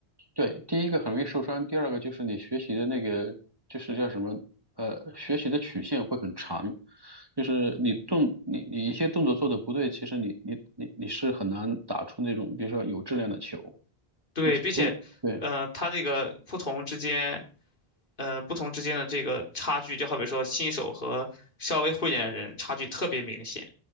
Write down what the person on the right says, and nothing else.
对，第一个很容易受伤，第二个就是你学习的那个，就是叫什么，呃，学习的曲线会很长，就是你动你你一些动作做的不对，其实你你你你是很难打出那种，比如说有质量的球。
你只如果对。